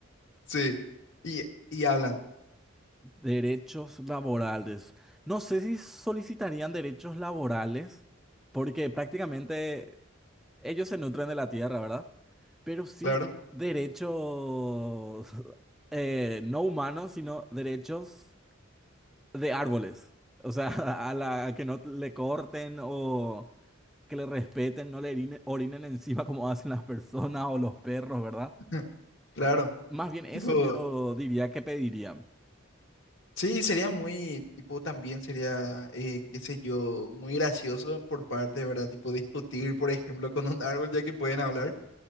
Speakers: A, on the left; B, in the centre.
A: Sí. Y, y hablan,
B: derechos laborales. No sé si solicitarían derechos laborales porque prácticamente ellos se nutren de la tierra, ¿verdad? Pero sí
A: claro,
B: derechos <laughs> eh, no humanos, sino derechos de árboles. O sea, <laughs> a la que no le corten o que le respeten, no le orine- orinen encima como hacen las personas o los perros, ¿verdad?
A: <laughs> claro.
B: Más bien eso
A: Tipo,
B: yo diría que pediría.
A: Sí, sería muy, tipo, también sería, eh, qué sé yo, muy gracioso por parte, ¿verdad? Tipo, discutir, por ejemplo, con un árbol ya que pueden hablar.